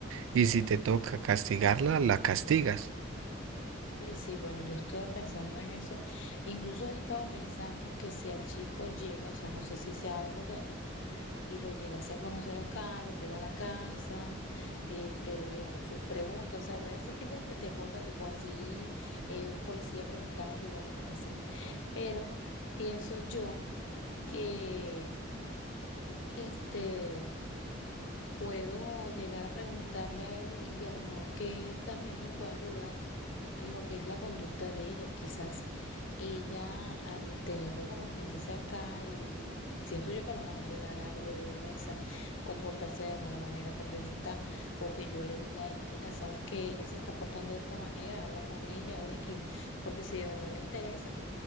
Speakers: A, on the right (about 75°); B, on the left (about 70°).
A: Y si te toca castigarla, la castigas.
B: Sí, sí, bueno, yo estaba pensando en eso. Incluso he estado pensando que si el chico llega, o sea, no sé si sea algo bueno, y lo llegase a conocer acá, lo traigo a la casa, eh, pre- le hago sus preguntas, o sea, voy a hacer tipo PTJ, tipo así, eh, un policía preguntando y vainas así. Pero pienso yo que este puedo llegar a preguntarle a él y, y a lo mejor que él también me pueda ayudar en lo que es la conducta de ella. Quizás ella, al tenerlo como quien dice acá, y siento yo que a lo mejor le dará algo de vergüenza comportarse de mala manera cuando él está, o que yo le diga a él, mira, sabes que ella se está portando de esta manera, habla con ella o X, porque si de verdad le interesa.